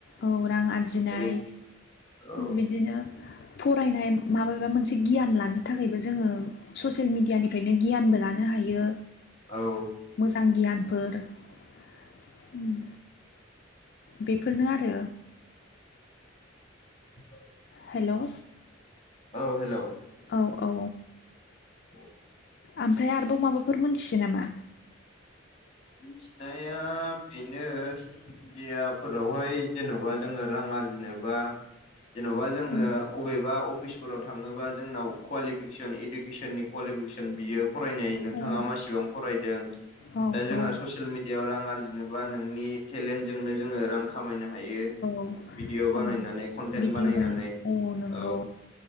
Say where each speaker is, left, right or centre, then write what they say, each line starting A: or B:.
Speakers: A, on the left (about 50°); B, on the left (about 35°).
A: औ रां आरजिनाय
B: जेरै औ
A: बिदिनो फरायनाय माबेबा मोनसे गियान लानो थाखायबो जोङो ससियेल मिडियानिफ्रायनो गियानबो लानो हायो।
B: औ
A: मोजां गियानफोर, ओम। बेफोरनो आरो
B: औ
A: हेलौ
B: औ हेलौ
A: औ औ
B: औ
A: ओमफ्राय आरोबाव माबाफोर मोनथियो नामा?
B: मिथिनाया बेनो ससियेल मिडियाफोरावहाय जेन'बा जोङो रां आरजिनोबा जेन'बा जोङो
A: उम
B: अबेबा अफिसफोराव थाङोबा जोंनाव कुवालिफिकेसन इडुकेसननि कुवालिफिकेसन बियो फरायनाय नोंथाङा
A: औ
B: मासेबां फरायदों।
A: औ
B: दा जोंहा
A: औ
B: ससियेल मिडिया आव रां आरजिनोबा नोंनि टेलेन्ट जोंनो जोङो रां खामायनो हायो,
A: औ
B: भिडिअ बानायनानै
A: ओं
B: कन्टेन्ट
A: भिडिअ
B: बानायनानै
A: बानाय नंगौ
B: औ।